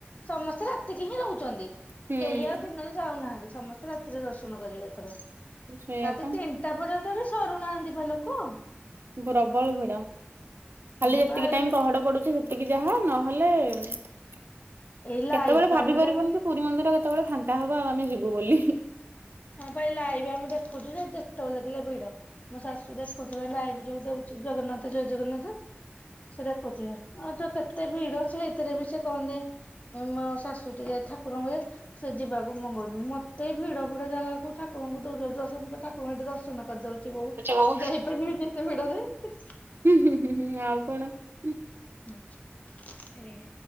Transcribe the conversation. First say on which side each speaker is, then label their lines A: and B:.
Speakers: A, on the left (about 35°); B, on the right (about 60°).
A: ସମସ୍ତେ ରାତିକି ହିଁ ରହୁଛନ୍ତି
B: ହୁଁ
A: କେହି ଆଉ ଦିନରେ ଯାଉନାହାନ୍ତି। ସମସ୍ତେ ରାତିରେ ଦର୍ଶ ତୁନ କରିବେ ଏଥର।
B: ସେଇଆ
A: ରାତି
B: ପା
A: ତିନିଟା ପର୍ଯ୍ୟନ୍ତ ବି ଥରୁନାହାନ୍ତି ପା ଲୋକ
B: ପ୍ରବଳ ଭିଡ ଖାଲି
A: ହଁ
B: ଏତିକି
A: ପା
B: ଟାଇମ୍
A: ଏଇ
B: ପହଡ ପଡୁଛି ସେତି ଟିକେ ଯାହା ନହେଲେ କେତେବେଳେ
A: ଏଇ ଲାଇଭ୍ ପା
B: ଭାବି
A: ଆମେ
B: ପାରିବୁନି
A: ଦେ
B: ଯେ ପୁରୀ ମନ୍ଦିର କେତେବେଳେ ଫାଙ୍କା ହବ ଆଉ ଆମେ ଯିବୁ ବୋଲି।
A: ହଁ ପା ଏଇ ଲାଇଭ୍ ଆମେ ଦେଖୁଛୁ ଯେ ଯେତେବେଳେ ଲେଖିଲେ ଭିଡ। ମୋ ଶାଶୁ ଦେଖୁଥିଲେ ଲାଇଭ ଯୋଉ ଦଉଛି ଜଗନ୍ନାଥ ଜୟ ଜଗନ୍ନାଥ ସେ ଦେଖୁଥିବେ। ଆଚ କେତେ ଭିଡ ସେଇଥିରେ ବି ସେ କହନି ମୋ ଶାଶୁଟିକେ ଠାକୁରଙ୍କ ଏ ସେ ଯିବାକୁ ମଙ୍ଗନ୍ତିନି ମତେ ବି ଭିଡ ଦୂର ଜାଗା କୁ ଠାକରଙ୍କୁ ଦୂରରୁ ଦର୍ଶ କ ଠାକୁରଙ୍କୁ ଏଠି ଦର୍ଶନ କରିଦଉ ଥି ବୋହୁ
B: ହୁଁ।
A: ମୁଁ ଯାହୀ ପାରିବିନି। ଏତେ ଭିଡ଼ରେ ସେ
B: ହୁଁ ହୁଁ ହୁଁ ହୁଁ ଆଉ କଣ ହୁଁ
A: ହୁଁ ଏ